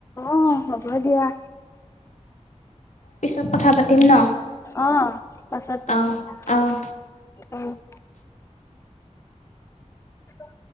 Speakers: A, on the left (about 20°); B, on the left (about 70°).
A: অ', হ'ব দিয়া।
B: পিছত কথা পাতিম ন
A: অ', পাছত পাতিম
B: অঁ
A: অ',
B: অঁ
A: অ'। <inaudible>